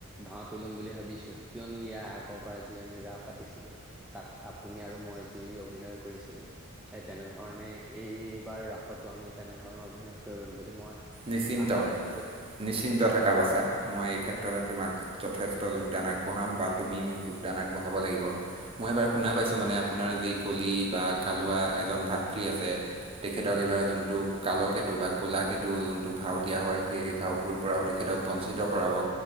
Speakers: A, in the centre; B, on the right.
A: ভাওটো লম বুলি ভাবিছো কিয়নো ইয়াৰ আগৰ পৰা যি আমি ৰাস পাতিছিলোঁ, তাত আপুনি আৰু মই যি অভিনয় কৰিছিলোঁ। সেই তেনেধৰণে এইবাৰ ৰাসতো আমি তেনেধৰণৰ অভিনয় কৰিম বুলি মই
B: নিশ্চিন্ত
A: আশা ৰাখিলোঁ
B: নিশ্চিন্ত থকা বাচা মই এই ক্ষেত্ৰত তোমাক যথেষ্ট যোগদান আগবঢ়াম বা তুমি মোক যোগদান আগবঢ়াব লাগিব। মই এবাৰ শুনা পাইছোঁ মানে আপোনাৰ যি কলি বা কালুৱা এজন ভাতৃ আছে, তেখেতক
A: হয়
B: এইবাৰ যোনটো কালকেতু বা ক'লাকেতু টো যোনটো ভাও দিয়া হয় সেই ভাওটোৰ পৰাও তেখেতক বঞ্চিত কৰাব।